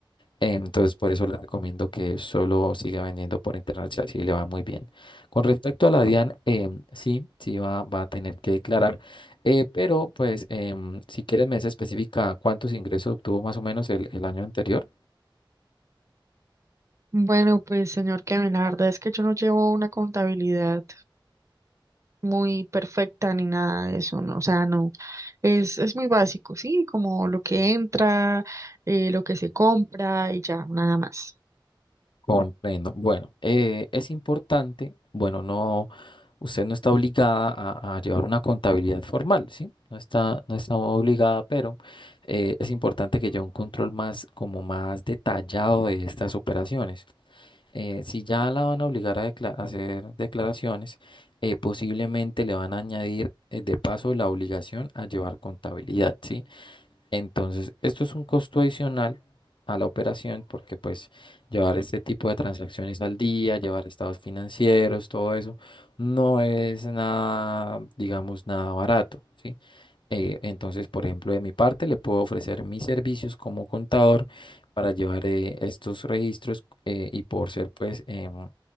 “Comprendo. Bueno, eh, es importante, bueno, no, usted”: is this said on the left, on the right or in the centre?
Left